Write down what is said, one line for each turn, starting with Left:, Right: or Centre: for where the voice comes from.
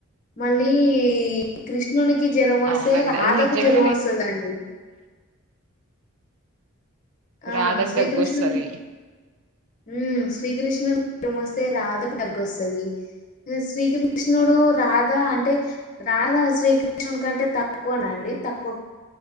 Left: మళ్ళీ కృష్ణునికి జ్వరం వస్తే
Right: అవునండి
Left: రాధకు
Right: అది నిజంగానే
Left: జ్వరం వస్తదండి ఆ
Right: రాధకు
Left: శ్రీకృష్ణనిన్
Right: దగ్గొస్తది
Left: ఉమ్ శ్రీకృష్ణునీకోస్తే రాధకు దగ్గస్తది శ్రీకృష్ణుడు రాధ అం టే రాధా శ్రీకృష్ణుడి కంటే తక్కువన అండి తక్కువ